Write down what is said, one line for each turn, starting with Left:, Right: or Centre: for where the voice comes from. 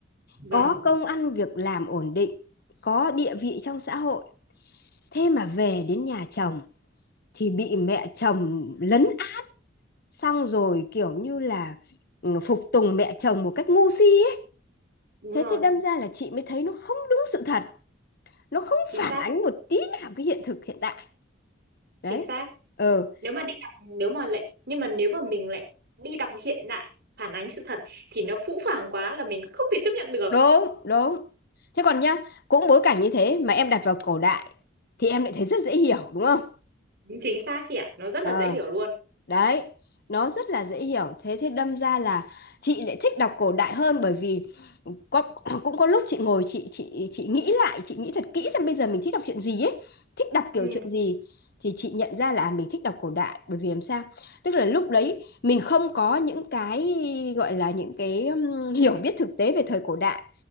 Right: Vâng.
Left: có công ăn việc làm ổn định có địa vị trong xã hội thế mà về đến nhà chồng thì bị mẹ chồng lấn át xong rồi kiểu như là ừ, phục tùng mẹ chồng một cách ngu si ấy
Right: Đúng
Left: thế
Right: rồi.
Left: thì đâm ra là chị mới thấy nó không đúng sự thật nó không
Right: Chính
Left: phản
Right: xác.
Left: ánh một tí nào cái hiện thực hiện tại
Right: Chính
Left: đấy
Right: xác.
Left: ừ
Right: Nếu mà đi đọc, nếu mà lại, nhưng mà nếu mà mình lại đi đọc hiện đại phản ánh sự thật thì nó phũ phàng quá là mình không thể chấp nhận được.
Left: đúng đúng thế còn nhá cũng bối cảnh như thế mà em đặt vào cổ đại thì em lại thấy rất dễ hiểu đúng không
Right: Chính xác chị ạ. Nó rất
Left: Ờ.
Right: là dễ hiểu luôn.
Left: đấy nó rất là dễ hiểu thế thế đâm ra là chị lại thích đọc cổ đại hơn bởi vì có cũng có lúc chị ngồi chị chị chị nghĩ lại chị nghĩ thật kỹ xem bây giờ mình thích đọc chuyện gì ấy thích đọc kiểu
Right: Ừ.
Left: chuyện gì thì chị nhận ra là à, mình thích đọc cổ đại bởi vì làm sao tức là lúc đấy mình không có những cái gọi là những cái um, hiểu biết thực tế về thời cổ đại